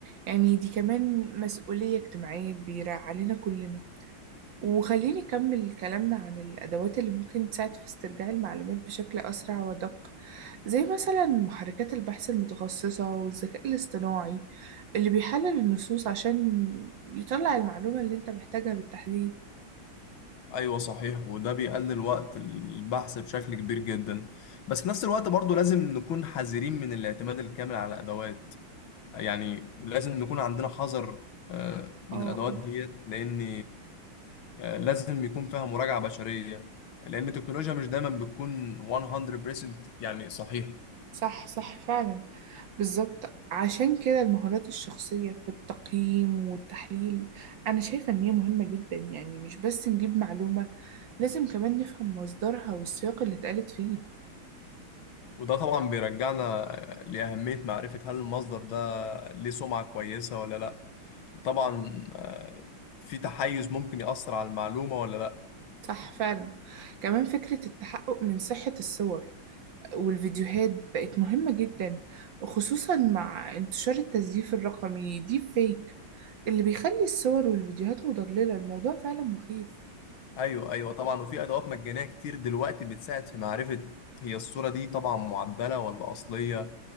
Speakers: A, on the right; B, on the left.
A: يعني دي كمان مسؤولية اجتماعية كبيرة علينا كلنا وخليني أكمل كلامنا عن الأدوات اللي ممكن تساعد في استرجاع المعلومات بشكل أسرع ودق زي مثلا محركات البحث المتخصصة والذكاء الاصطناعي اللي بيحلل النصوص عشان يطلع المعلومة اللي أنت محتاجها بالتحديد
B: ايوه صحيح وده بيقلل وقت البحث بشكل كبير جدا بس في نفس الوقت برضو لازم نكون حذرين من الاعتماد الكامل على ادوات يعني لازم نكون عندنا حذر آه، من
A: اه
B: الادوات
A: اه
B: ديت لان آه، لازم يكون فيها مراجعة بشرية لان التكنولوجيا مش دايما بتكون 100% يعني صحيح
A: صح صح فعلا بالظبط عشان كده المهارات الشخصية في التقييم والتحليل أنا شايفة إن هي مهمة جدا يعني مش بس نجيب معلومة لازم كمان نفهم مصدرها والسياق اللي اتقالت فيه
B: وده طبعا بيرجعنا آه، لأهمية معرفة هل المصدر ده ليه سمعة كويسة ولا لا وطبعا آه، في تحيز ممكن يأثر على المعلومة ولا
A: صح فعلا كمان فكرة التحقق من صحة الصور والفيديوهات بقت مهمة جدا وخصوصا مع انتشار التزييف الرقمي ديب فيك اللي بيخلي الصور والفيديوهات مضللة الموضوع فعلا مخيف
B: ايوه ايوه طبعا وفي ادوات مجانيه كتير دلوقتي بتساعد في معرفه هي الصوره دي طبعا معدله ولا اصليه